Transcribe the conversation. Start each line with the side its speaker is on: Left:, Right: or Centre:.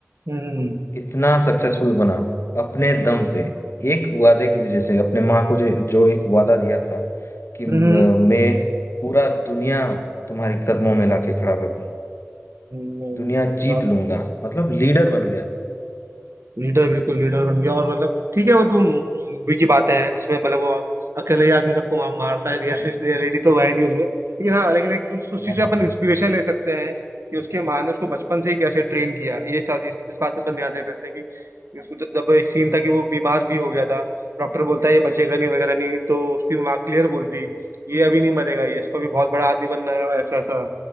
Right: हम्म
Left: इतना सक्सेसफुल बना अपने दम पे एक वादे की वजह से अपने माँ को जो जो एक वादा दिया था कि अ,
Right: हम्म हम्म,
Left: मैं पूरा दुनिया तुम्हारे कदमों में लाके खड़ा कर दूं
Right: हम्म,
Left: दुनिया
Right: वो तो था
Left: जीत लूंगा मतलब लीडर बन गया
Right: लीडर बिल्कुल लीडर बन गया और मतलब ठीक है वो तो मूवी की बातें हैं जिसमें मतलब वो अकेले ही आदमी सबको मार, मारता है रियलिटी <laughs> तो है नहीं उसमें लेकिन हाँ लेकिन एक उस, उस चीज
Left: हाँ
Right: से
Left: हाँ
Right: अपन
Left: हाँ
Right: इंस्पिरेशन ले सकते हैं कि उसके माँ ने उसको बचपन से ही कैसे ट्रेन किया ये सा- इस, इस बात पे अपन ध्यान दे सकते हैं कि उसको ज- जब एक सीन था कि वो बीमार भी हो गया था डॉक्टर बोलता है ये बचेगा नहीं वगैरह नहीं तो उसकी माँ क्लियर बोलती ये अभी नहीं मरेगा ये इसको अभी बहुत बड़ा आदमी बनना है ऐसा ऐसा